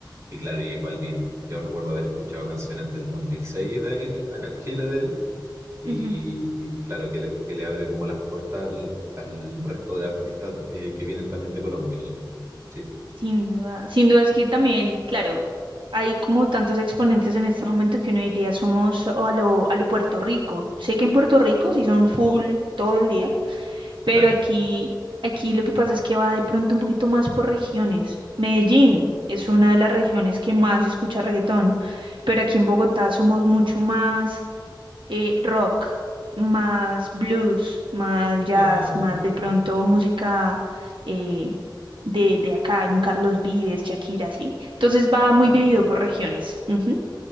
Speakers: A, on the right; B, on the right.
A: Y claro, J Balvin, yo recuerdo haber escuchado canciones del 2006 de, acá en Chile de él. Y,
B: ujú,
A: y claro, que le, que le abre como las puertas al, al resto de artistas eh, que vienen también de Colombia. ya. Sí,
B: Sin duda. Sin duda es que también, claro, hay como tantos exponentes en este momento que uno diría somos a lo, a lo Puerto Rico. Sé que en Puerto Rico sí son full todo el día Pero
A: claro,
B: aquí, aquí lo que pasa es que va de pronto un poquito más por regiones. Medellín es una de las regiones que más escucha reggaetón, pero aquí en Bogotá somos mucho más eh, rock, más blues, más jazz,
A: ya.
B: más de pronto música eh, de, de acá, un Carlos Vives, Shakira, ¿sí? Entonces va muy
A: Claro.
B: dividido por regiones. Ujú.